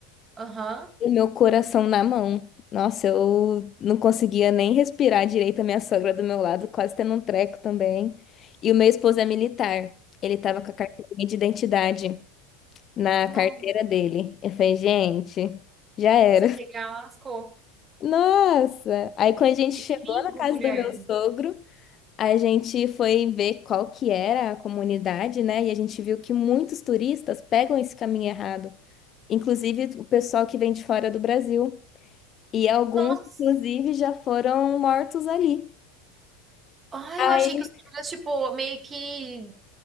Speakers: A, on the right (about 25°); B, on the left (about 40°).
A: Aham.
B: e meu coração na mão. Nossa, eu não conseguia nem respirar direito, a minha sogra do meu lado, quase tendo um treco também. E o meu esposo é militar, ele tava com a carteirinha de identidade na
A: Não.
B: carteira dele. Eu falei, gente, já era.
A: se
B: <laughs>
A: pegar, lascou.
B: Nossa! Aí quando a gente
A: Que
B: chegou
A: perigo,
B: na casa
A: mulher.
B: do meu sogro, A gente foi ver qual que era a comunidade, né? E a gente viu que muitos turistas pegam esse caminho errado, inclusive o pessoal que vem de fora do Brasil. E alguns,
A: Nossa.
B: inclusive, já foram mortos ali.
A: Ai,
B: Aí,
A: eu achei que os caras, tipo, meio que